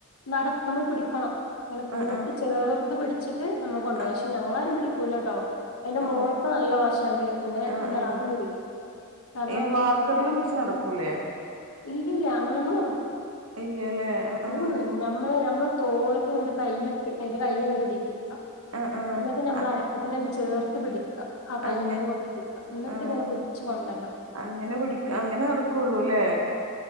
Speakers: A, on the left; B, on the right.
A: നമ്മൾ പിടിക്കണം അങ്ങനെ കൂട്ടി
B: ആഹ് ആഹ്
A: ചേർത്ത് പിടിച്ചിട്ട് നമ്മൾ കൊണ്ടോകും
B: ആഹ്
A: പക്ഷെ ഞങ്ങളാരും പിടിക്കൂല കേട്ടോ അതിന്റെ
B: ആഹ്
A: മോൾക്ക നല്ല വശുണ്ട് പിന്നെ
B: ആഹ്
A: എന്റെ
B: ആഹ്
A: എളാപ്പയും പിടിക്കും കാരണം
B: അയിന് വാക്കറില് പിടിച്ച് നടക്കൂലേ
A: ഇല്ലല്ല അങ്ങനെൊന്നും
B: ഇല്ലല്ലേ ആഹ്
A: ഉം
B: ആഹ്
A: നമ്മളെ നമ്മള തോളൊക്കെ ഇങ്ങട്ട് കൈയിട്ട് അതിന്റെ കൈ ഇങ്ങട്ട് ഇടിപ്പിക്കാം
B: ആഹ് ആഹ്
A: എന്നിട്ട് നമ്മൾ
B: അ
A: അരക്കത്തിന് ചേർത്ത് പിടിക്കുക ആ കയ്യമ്മേല്
B: അങ്ങ
A: കൂടി പിടിക്കുക
B: ആഹ്
A: എന്നിട്ട്
B: ആഹ്
A: ഇങ്ങനെ പിടിച്ച് കൊണ്ടവരണം
B: അങ്ങനെ പിടിക്ക അങ്ങനെ നടക്കൊള്ളൂല്ലേ